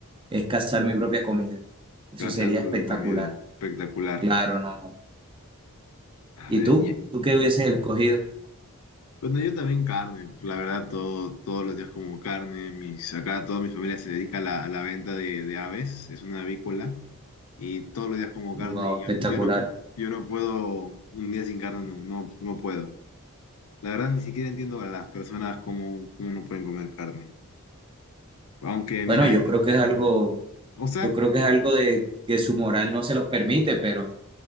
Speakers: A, on the right; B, on the left.
A: es cazar mi propia comida. Eso
B: Gracias
A: sería
B: por
A: espectacular.
B: tu propia comida. Espectacular.
A: Claro, no, no.
B: A
A: ¿Y
B: ver,
A: tú?
B: ye-
A: ¿Tú qué hubieses escogido?
B: bueno, yo también carne. La verdad, todo, todos los días como carne. Mis, acá toda mi familia se dedica a la, a la venta de, de aves. Es una avícola. Y todos los días como carne.
A: Wow,
B: Y
A: espectacular.
B: yo, yo no, yo no puedo, un día sin carne no, no, no puedo. La verdad, ni siquiera entiendo a las personas cómo, cómo no pueden comer carne. Aunque,
A: Bueno,
B: mira,
A: yo
B: int-
A: creo que es algo,
B: o sea,
A: yo creo que es algo de que su moral no se los permite, pero,